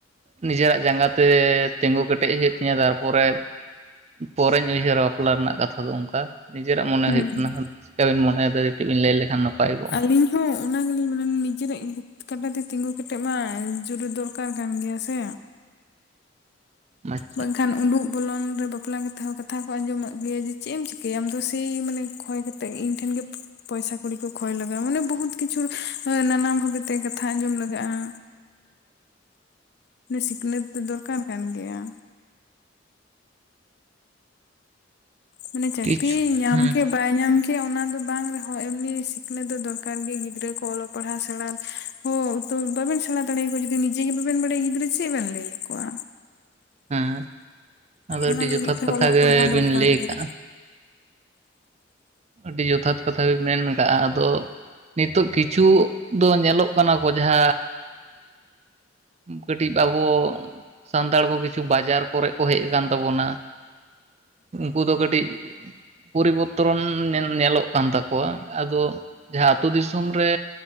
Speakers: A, on the right (about 35°); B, on the left (about 60°).
A: ᱱᱤᱡᱮᱨᱟᱜ ᱡᱟᱸᱜᱟ ᱛᱮ ᱛᱤᱸᱜᱩ ᱠᱮᱴᱮᱡ ᱦᱩᱭᱩᱜ ᱛᱤᱧᱟᱹ ᱛᱟᱨᱯᱚᱨᱮ ᱯᱚᱨᱮᱧ ᱩᱭᱦᱟᱹᱨᱟ ᱵᱟᱯᱞᱟ ᱨᱮᱱᱟᱜ ᱠᱟᱛᱷᱟ ᱫᱚ ᱚᱱᱠᱟ ᱱᱤᱡᱮᱨᱟᱜ ᱢᱚᱱᱮ
B: ᱦᱩᱸ
A: ᱦᱩᱭᱩᱜ ᱠᱟᱱᱟ ᱪᱤᱠᱟᱹᱵᱤᱱ ᱢᱚᱱᱮᱭᱫᱟ ᱠᱟᱹᱴᱤᱡ ᱵᱤᱱ ᱞᱟᱹᱭ ᱞᱮᱠᱷᱟᱱ ᱱᱟᱯᱟᱭ ᱠᱚ
B: ᱟᱹᱞᱤᱧ ᱦᱚᱸ ᱚᱱᱟ ᱜᱮᱞᱤᱧ ᱢᱟᱱᱮ ᱱᱤᱡᱮᱨᱟᱜ ᱛᱚ ᱱᱟ ᱛᱤᱸᱜᱩ ᱠᱟᱴᱮᱡ ᱢᱟ ᱡᱟᱨᱩᱲ ᱫᱚᱨᱠᱟᱨ ᱠᱟᱱ ᱜᱮᱭᱟ ᱥᱮ?
A: ᱟᱪᱪᱷᱟ
B: ᱵᱟᱝᱠᱷᱟᱱ ᱩᱰᱩᱜ ᱵᱚᱞᱚᱱ ᱨᱮ ᱵᱟᱯᱞᱟ ᱠᱟᱛᱮ ᱦᱚᱸ ᱠᱟᱛᱷᱟ ᱠᱚ ᱟᱸᱡᱚᱢᱟᱜ ᱜᱮᱭᱟ ᱡᱮ ᱪᱮᱫ ᱮᱢ ᱪᱤᱠᱟᱹᱭᱟ ᱟᱢ ᱫᱚ ᱥᱮᱭ ᱢᱟᱱᱮ ᱠᱷᱚᱭ ᱠᱟ ᱛᱮᱜ ᱤᱧ ᱴᱷᱮᱱ ᱜᱮ ᱯᱚᱭᱥᱟ ᱠᱩᱲᱤ ᱠᱚ ᱠᱷᱚᱭ ᱞᱟᱜᱟᱜᱼᱟ ᱢᱟᱱᱮ ᱵᱚᱦᱩᱛ ᱠᱤᱪᱷᱩ ᱱᱟᱱᱟ ᱵᱷᱟᱵᱮᱛᱮ ᱠᱟᱛᱷᱟ ᱟᱸᱡᱚᱢ ᱞᱟᱜᱟᱜᱼᱟ᱾ ᱥᱤᱠᱷᱱᱟᱹᱛ ᱫᱚ ᱫᱚᱨᱠᱟᱨ ᱠᱟᱱ ᱜᱮᱭᱟ᱾ ᱢᱟᱱᱮ ᱪᱟᱹᱠᱨᱤ
A: ᱠᱤᱪᱷᱩ
B: ᱧᱟᱢ
A: ᱦᱮᱸ
B: ᱠᱮᱫ ᱵᱟᱭ ᱧᱟᱢ ᱠᱮᱭᱟ ᱚᱱᱟ ᱫᱚ ᱵᱟᱝ ᱨᱮᱦᱚᱸ ᱮᱢᱱᱤ ᱥᱤᱠᱷᱱᱟᱹᱛ ᱫᱚ ᱫᱚᱨᱠᱟᱨ ᱜᱮ ᱜᱤᱫᱽᱨᱟᱹ ᱠᱚ ᱚᱞᱚᱜ ᱯᱟᱲᱦᱟᱜ ᱥᱮᱬᱟ ᱦᱚᱸ ᱛᱚ ᱵᱟᱵᱮᱱ ᱥᱮᱬᱟ ᱫᱟᱲᱮᱭᱟᱠᱚᱣᱟ ᱡᱩᱫᱤ ᱱᱤᱡᱮᱜ ᱜᱮ ᱵᱟᱵᱮᱱ ᱵᱟᱲᱟᱭᱟ ᱜᱤᱫᱽᱨᱟᱹ ᱪᱮᱫ ᱵᱮᱱ ᱞᱟᱹᱭ ᱟᱠᱚᱣᱟ?
A: ᱦᱮᱸ ᱟᱫᱚ
B: ᱚᱱᱟ
A: ᱟᱹᱰᱤ
B: ᱞᱟᱹᱜᱤᱫ
A: ᱡᱚᱛᱷᱟᱛ
B: ᱛᱮ
A: ᱠᱟᱛᱷᱟ
B: ᱚᱞᱚᱜ
A: ᱜᱮᱵᱤᱱ
B: ᱯᱟᱲᱦᱟᱣ ᱫᱚᱨᱠᱟᱨ
A: ᱞᱟᱹᱭ
B: ᱜᱮᱭᱟ
A: ᱠᱟᱜᱼᱟ ᱾ ᱟᱹᱰᱤ ᱡᱚᱛᱷᱟᱛ ᱠᱟᱛᱷᱟ ᱜᱮ ᱢᱮᱱ ᱟᱠᱟᱜᱼᱟ ᱟᱫᱚ ᱱᱤᱛᱚᱜ ᱠᱤᱪᱷᱩ ᱫᱚ ᱧᱮᱞᱚᱜ ᱠᱟᱱᱟ ᱠᱚ ᱡᱟᱸᱦᱟ ᱠᱟᱹᱴᱤᱡ ᱵᱟᱵᱩ ᱥᱟᱱᱛᱟᱲ ᱠᱚ ᱠᱤᱪᱷᱩ ᱵᱟᱡᱟᱨ ᱠᱚᱨᱮ ᱠᱚ ᱦᱮᱡ ᱟᱠᱟᱱ ᱛᱟᱵᱚᱱᱟ᱾ ᱩᱱᱠᱩ ᱫᱚ ᱠᱟᱹᱴᱤᱡ ᱯᱚᱨᱤᱵᱚᱨᱛᱚᱱ ᱧᱮᱞ ᱧᱮᱞᱚᱜ ᱠᱟᱱ ᱛᱟᱠᱚᱣᱟ, ᱟᱫᱚ ᱡᱟᱦᱟᱸ ᱟ ᱟᱹᱛᱩ ᱫᱤᱥᱚᱢ ᱨᱮ